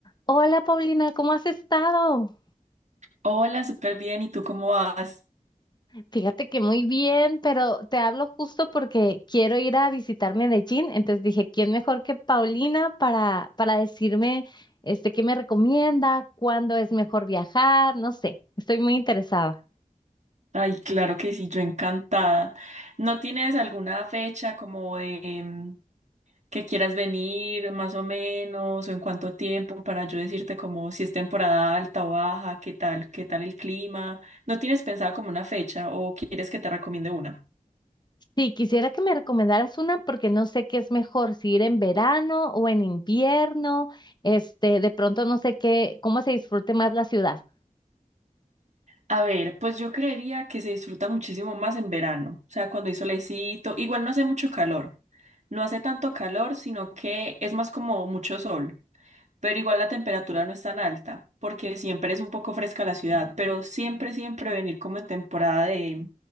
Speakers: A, on the left (about 30°); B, on the right (about 55°).
A: Hola Paulina, ¿cómo has estado?
B: Hola, súper bien. ¿Y tú cómo vas?
A: Fíjate que muy bien, pero te hablo justo porque quiero ir a visitar Medellín, entonces dije, ¿quién mejor que Paulina para, para decirme este, qué me recomienda, cuándo es mejor viajar? No sé, estoy muy interesada.
B: Ay, claro que sí, yo encantada. ¿No tienes alguna fecha como de mm, que quieras venir más o menos o en cuánto tiempo para yo decirte como si es temporada alta o baja, qué tal, qué tal el clima? ¿No tienes pensada como una fecha o quieres que te recomiende una?
A: Sí, quisiera que me recomendaras una porque no sé qué es mejor, si ir en verano o en invierno, este, de pronto no sé qué, cómo se disfrute más la ciudad.
B: A ver, pues yo creería que se disfruta muchísimo más en verano, o sea, cuando hay solecito, igual no hace mucho calor, no hace tanto calor, sino que es más como mucho sol. pero igual la temperatura no es tan alta, porque siempre es un poco fresca la ciudad, pero siempre, siempre venir como en temporada de,